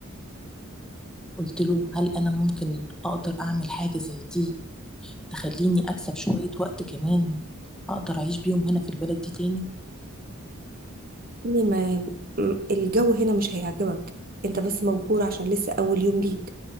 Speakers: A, in the centre; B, on the right (about 40°).
A: قلت له هل أنا ممكن أقدر أعمل حاجة زي دي تخليني أكسب شوية وقت كمان أقدر أعيش بيهم هنا في البلد دي تاني
B: لي ما م- الجو هنا مش هيعجبك انت بس مبهور عشان لسه اول يوم ليك